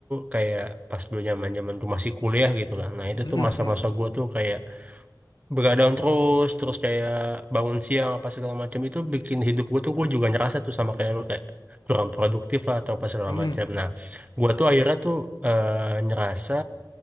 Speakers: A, on the right (about 20°); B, on the left (about 80°).
A: kayak pas dulu zaman zaman tuh masih kuliah gitu kan. Nah, itu
B: mhm
A: tuh masa-masa
B: mhm
A: gua tuh kayak begadang terus, terus kayak bangun siang apa segala macam itu bikin hidup gua tuh gua juga ngerasa tuh sama kayak lu kayak kurang produktif lah atau apa segala
B: mhm,
A: macam. Nah, gua tuh akhirnya tuh eh, ngerasa